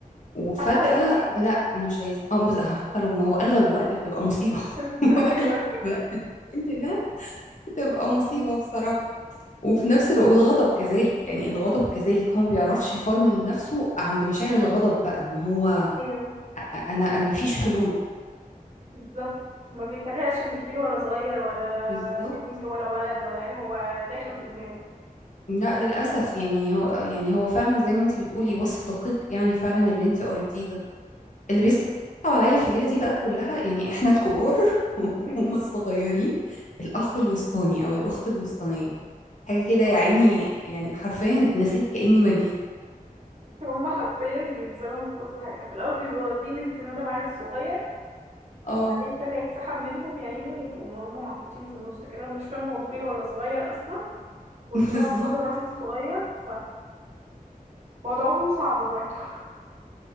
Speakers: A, on the left; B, on the right.
A: وفجأة
B: حتى لو مصيبة
A: لا أنا مش عايز أو بز- حتى لو ما هو أغلب الوقت بتبقى مصيبة
B: <laughs>
A: <laughs> وأغلب
B: ايوه
A: الوقت إن ده بتبقى مصيبة بصراحة وفي نفس الوقت والغضب كذلك يعني الغضب كذلك هو ما بيعرفش يفرمل نفسه عند مشاعر الغضب بقى ان هو
B: ايوه
A: أ- انا انا ما فيش حدود
B: بالظبط ما بيفرقش بين كبير ولا صغير ولا
A: بالظبط
B: بنت ولا ولد ولا ايه هو داخل بدماغه
A: لا للأسف يعني هو يعني هو فعلا زي ما انتي بتقولي وصف دقيق يعني فعلا اللي انتي قريتيه ده اللي بيصعب عليا في الليلة دي بقى كلها يعني احنا الكبار <laughs> وهم
B: <laughs>
A: الصغيرين الأخ الوسطاني أو الأخت الوسطانية حاجة كده
B: اه
A: يا عيني يعني حرفيا اتنسيت كأني ما جيت
B: هما حرفيا بيتظلموا في كل حاجة في الأول بيبقوا واخدين اهتمام العيل الصغير وبعدين
A: اه
B: فجأة يتسحب منهم يا عيني يبقوا ما هما محطوطين في النص كده ومش فاهمة هو كبير ولا صغير أصلا والدلع
A: <laughs> بالظبط
B: كله راح للصغير فوضعهم صعب برضه <laughs>